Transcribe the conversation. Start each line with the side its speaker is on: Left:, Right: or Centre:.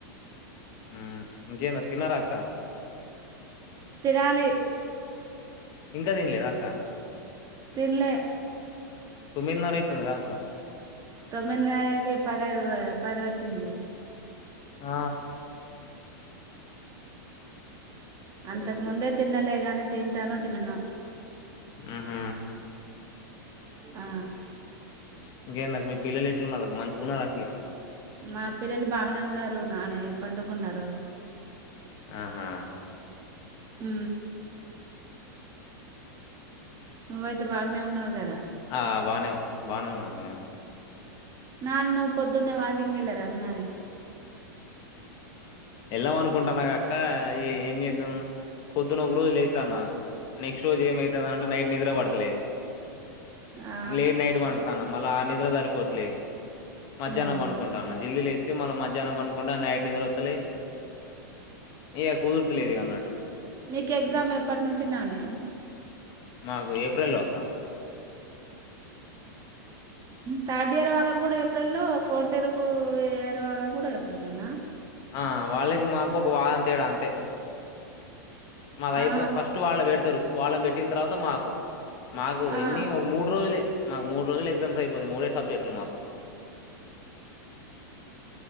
Left: ఊ ఇంకేంది తిన్నార అక్క
Right: తినాలి
Left: ఇంక దిన్లేదా అక్క
Right: తిన్లే
Left: తొమ్మిదిన్నర అయితాంది గా అక్క
Right: తొమ్మిదిన్నర ఏది పది పది వచ్చింది
Left: ఆ
Right: అంతకుముందే తిన్నలే గనీ తింటానో తిననో
Left: ఊ హు
Right: ఆ
Left: ఇంకేంది అక్క మీ పిల్లలు ఎట్లున్నారు అ మంచిగున్నర అక్క ఇగ
Right: మా పిల్లలు బాగానే ఉన్నారు నాని పండుకున్నరు
Left: ఆహా
Right: ఊ నువ్వుయితే బాగానే ఉన్నావు గదా
Left: ఆ బానే అక్క బానే ఉన్నా అక్క నేను
Right: నన్ను పొద్దున్నే వాకింగ్ కెల్లారాదు నాని
Left: వెళ్దామా అనుకుంటాన్నా గ అక్క ఏం చేద్దాం పొద్దున్న ఒక రోజు లేత్తన్న నెక్స్ట్ రోజు ఏమవుతుంది అంటే నైట్ నిద్ర పడతలే
Right: ఆ
Left: లేట్ నైట్ వండుతన మల్ల ఆ నిద్ర జరిపోట్లే మధ్యాహ్నం
Right: మ్మ్
Left: పండుకుంటా అన్న జల్దీ లేత్ మల్ల మధ్యాన్నం పండుక్ డా నైట్ నిద్రొత్ తలే ఏయ కుదుర్త లేదు అన్నట్టు
Right: మీకు ఎగ్జామ్ ఎప్పటి నుంచి నానే
Left: మాకు ఏప్రిల్ లో అక్క
Right: థర్డ్ ఇయర్ వాళ్ళకు గూడ ఏప్రిల్లో ఫోర్త్ ఇయర్ ఇయర్ వాళ్ళ గూడా ఏప్రిల్లోనా
Left: ఆ వాళ్ళకి మాకు ఒక వారం తేడా అంతే మాది అయిపో
Right: ఆ
Left: ఫస్ట్ వాళ్ళ పెడతరు వాళ్ళ పెట్టిన తర్వాత మాకు మాకు
Right: ఆ
Left: ఎన్ని ఒక మూడు రోజులే మాకు మూడు రోజులు ఎగ్జామ్ ఇయిపోతే మూడే సబ్జెక్ట్లు మాకు